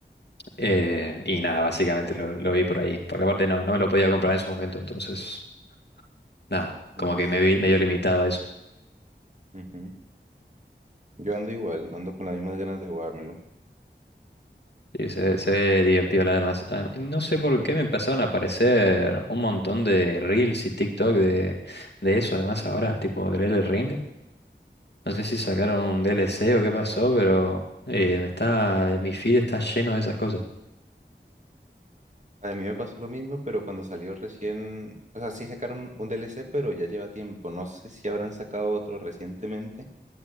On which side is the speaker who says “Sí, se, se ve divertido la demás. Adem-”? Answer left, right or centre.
Left